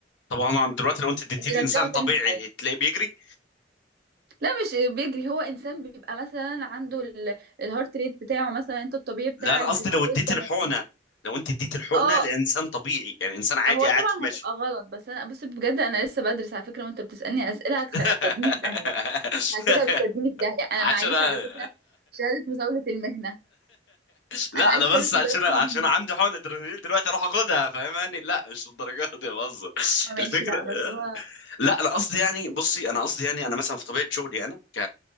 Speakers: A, on the left; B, on the right.
A: طبعا انا دلوقتي لو انت اديتيه
B: يرجعه
A: لانسان طبيعي
B: تاني للحياة
A: تلاقيه بيجري
B: لا مش بيجري هو إنسان بيبقى مثلا عنده ال- الهارت ريت بتاعه مثلا أنت الطبيعي بتاعك
A: لا انا قصدي
B: بيبقى
A: لو
B: فوق
A: اديت
B: التمانين
A: الحقنه لو انت اديت الحقنه
B: اه
A: لانسان طبيعي يعني انسان عادي
B: هو
A: قاعد
B: طبعا
A: في ماشي
B: هتبقى غلط بس انا بص بجد انا لسه بدرس على فكره وانت بتسالني اسئله
A: <laughs>
B: هتخ... هتوديني في داهيه انت كده بتوديني في داهيه انا
A: عشان
B: معيش
A: <laughs>
B: على فكره شهاده مزاوله المهنه
A: لا
B: انا معيش
A: انا بس
B: شهاده
A: عشان
B: مزاوله
A: عشان
B: المهنه
A: عندي حقن ادرينالين دلوقتي اروح اخدها فاهماني لا مش للدرجه دي بهزر <laughs>
B: هو ماشي
A: الفكره
B: لا بس هو
A: لا انا قصدي يعني بصي انا قصدي يعني انا مثلا في طبيعه شغلي انا ك